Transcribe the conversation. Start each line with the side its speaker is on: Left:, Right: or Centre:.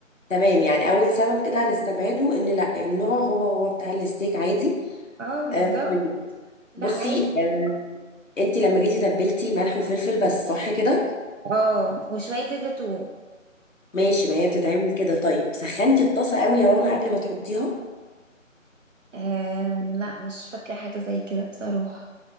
Left: تمام يعني اول سبب كده هنستبعده ان لا النوع هو هو بتاع الستيك عادي
Right: اه بالظبط
Left: آه طيب
Right: لا
Left: بصي
Right: عادي
Left: آه، انت لما جيتي تبلتي ملح وفلفل بس صح كده
Right: اه وشويه زيت زيتون
Left: ماشي ما هي بتتعمل كده طيب سخنتي الطاسه قوي يا رنا قبل ما تحطيها
Right: آه لا مش فاكره حاجه زي كده بصراحه